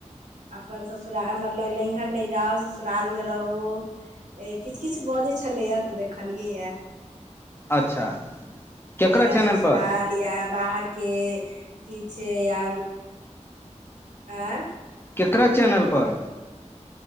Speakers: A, on the right; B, on the left.
A: अपन ससुराल मतलब नैहर नय जाउ ससुराल में रहू ए किछ किछ बजै छलैया तऽ देखलियै यए
B: अच्छा केकरा
A: नैहर
B: चैनल
A: ससुराल
B: पर
A: या बाहर के किछ या आँ
B: केकरा चैनल पर